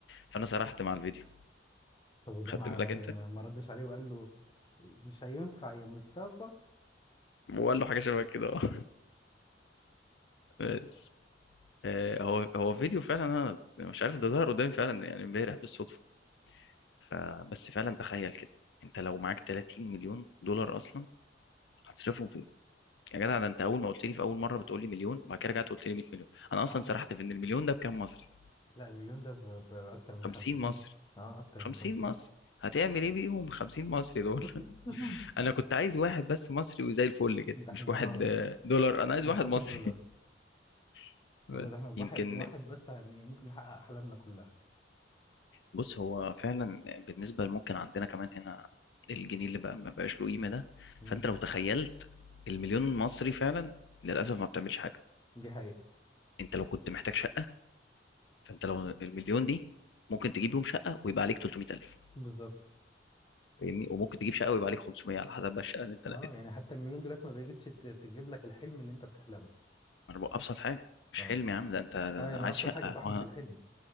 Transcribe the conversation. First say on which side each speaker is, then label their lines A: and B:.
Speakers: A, on the left; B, on the left.
A: فأنا سرحت مع الفيديو
B: طب وده
A: خدت
B: ما
A: بالك
B: ما-
A: أنت
B: يعني ما ما ردش عليه وقال له مش هينفع يا مصطفى
A: وقال له حاجة شبه كده <laughs> اه بس آه، هو هو فيديو فعلا أنا مش عارف ده ظهر قدامي فعلا يعني امبارح بالصدفة فبس فعلا تخيل كده انت لو معاك 30 مليون دولار اصلا هتصرفهم في ايه يا جدع ده انت اول ما قلت لي في اول مره بتقول لي مليون بعد كده رجعت قلت لي 100 مليون انا اصلا
B: اه
A: سرحت في ان المليون ده بكام مصري
B: لا المليون ده ب- بأكتر من
A: 50
B: خمسين
A: مصري
B: اه أكتر
A: 50
B: من خمسين
A: مصري هتعمل ايه بيهم 50 مصري
B: <laughs>
A: دول <laughs> انا كنت عايز واحد بس مصري وزي الفل كده
B: ده
A: مش
B: احنا
A: واحد
B: اه
A: آه، دولار انا عايز
B: مش
A: واحد
B: واحد
A: مصري
B: دولار
A: <laughs> بس
B: ولا ده احنا بواحد
A: يمكن
B: بواحد بس يعني ممكن نحقق أحلامنا كلها
A: بص هو فعلا بالنسبة ممكن عندنا كمان هنا الجنيه اللي بقى ما بقاش له قيمة ده
B: مم.
A: فانت لو تخيلت المليون مصري فعلا للأسف ما بتعملش حاجة
B: دي حقيقة
A: انت لو كنت محتاج شقة فانت لو المليون دي ممكن تجيب بيهم شقة ويبقى عليك 300000
B: بالظبط
A: فاهمني وممكن تجيب شقة ويبقى عليك 500 على حسب بقى الشقة اللي انت لقيتها
B: اه يعني حتى المليون دلوقتي ما بقتش ت- تجيب لك الحلم اللي انت بتحلمه
A: ما انا بقول أبسط حاجة مش
B: اه
A: حلم يا عم ده انت
B: اه يعني
A: عايز
B: أبسط
A: شقة
B: حاجة صح
A: هو
B: مش الحلم